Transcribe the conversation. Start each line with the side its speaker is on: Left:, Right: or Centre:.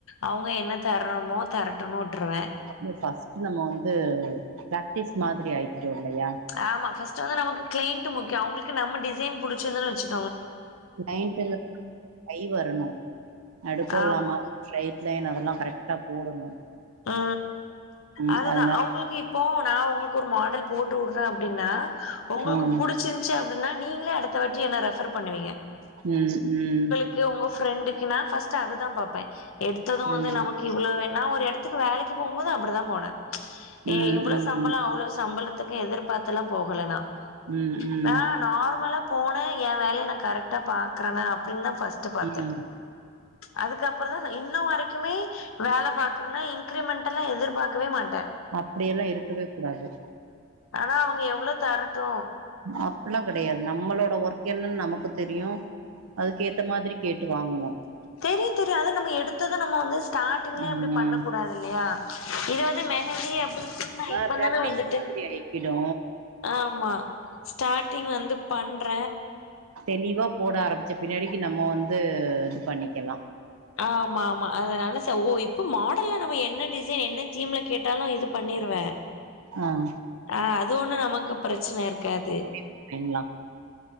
Left: அவுங்க என்ன தரணுமோ தரட்டுன் உட்டுருவே
Right: இ ஃபஸ்ட்டு நம்ம வந்து பிராக்டிஸ் மாதிரி ஆய்கிட்டோ இல்லையா
Left: ஆமா ஃபர்ஸ்ட்டு வந்து நமக்கு கிளையன்ட்டு முக்கியோ அவுங்களுக்கு நம்ம டிசைன் புடிச்சிருந்து வச்சு
Right: கிளையன்ட்டு கை வரணு நடுக்கோ
Left: ஆமா
Right: இல்லாம ஸ்ட்ரைட் லைன் அதெல்லா கரெக்டா போடணு
Left: ஆ
Right: ம்
Left: அதுதா
Right: அதனால
Left: அவுங்களுக் இப் இப்போ நா உங்களுக்கு ஒரு மாடல் போட்டு உட்ற அப்டின்னா உங்களுக்கு
Right: ம்
Left: புடி ச்சிருன்ச்சு அப்டின்னா நீங்களே அடுத்த வாட்டி என்ன ரெஃபர் பண்ணுவீங்க
Right: ம் ம்
Left: க்கு உங்க ஃப்ரெண்டுக்குனா ஃபஸ்ட்டு அதுதா பாப்பே எடுத்தது
Right: ம்
Left: வந்து நமக்கு இவ்ளோ வேன்னா ஒரு இடத் துக்கு வேலைக்கு போம்போது அப்டிதா போன
Right: ம்
Left: இவ்ளோ
Right: ம்
Left: சம்பளோ அவ்ளோ சம்பளத் துக்கு எதிர் பார்த்துலா போகலனா
Right: ம்
Left: நா
Right: ம்
Left: நார்மலா போன எ வேலைய நா கரெக்டா பாக்குறன அப்டின்னு தா ஃபர்ஸ்ட்டு பாத்த
Right: ம்
Left: அதுக்கப்புற தா இன்னு வரைக்குமே வேல பாக் றனா இன்கிரமென்ட் எல்லா எதிர்பாக்கவே மாட்ட
Right: அப்டியெல்லா இருக்கவே கூடாது
Left: ஆனா அவுங்க எவ்ளோ தரட்டு
Right: அப்பில்லா கெடையாது நம்மளோட ஒர்க் என்னன் நமக்கு தெரியு அதுக்கேத்த மாதிரி கேட்டு வாங்கனு
Left: தெரியு தெரியு அது நம்ம எடுத்தது நம்ம வந்து ஸ்டார்டிங்லயே
Right: ம்
Left: அப்டி பண்ண கூடாது இல்லையா இது வந்து மெகந்தி அப்டி சொன்ன
Right: ஆ
Left: இப்ப
Right: பிராக்டிஸ்
Left: தானே வந்துட்டு
Right: மாதிரி ஆயிக்கிடு
Left: ஆமா ஸ்டார்டிங் வந்து பண்ற
Right: தெளிவா போட ஆரம்பிச்ச பின்னாடிக்கு நம்ம வந்து இது பண்ணிக்கலா
Left: ஆமா ஆமா அதனால ச ஓ இப்ப மாடல்ல நம்ம என்ன டிசைன் என்ன தீம்ல கேட்டாலு இது பண்ணிருவே
Right: ஆ
Left: அ அது ஒண்ணு நமக்கு பிரச்சன இருக்காது
Right: போடுவீங்களா